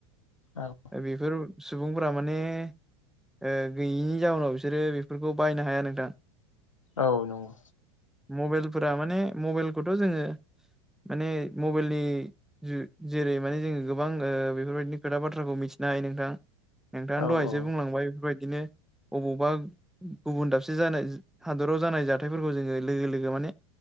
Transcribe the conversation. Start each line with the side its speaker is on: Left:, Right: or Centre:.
Left: औ
Centre: बेफोर सुबुंफोरा माने। ओ गैयिनि जाउनाव बिसोरो बेफोरखौ बायनो हाया नोंथां।
Left: औ नंगौ।
Centre: मबाइलफोरा माने मबाइलखौथ' जोङो माने मबाइलनि जु जेरै माने जोङो गोबां ओ बेफोरबायदिनि खोथा बाथ्राखौ मिथिनो हायो नोंथां। नोंथाङा
Left: औ
Centre: दहायसो
Left: औ
Centre: बुंलांबाय बेफोरबायदिनो अबावबा गुबुन दाबसे जानाय हादराव जानाय जाथायफोरखौ जोङो लोगो लोगो माने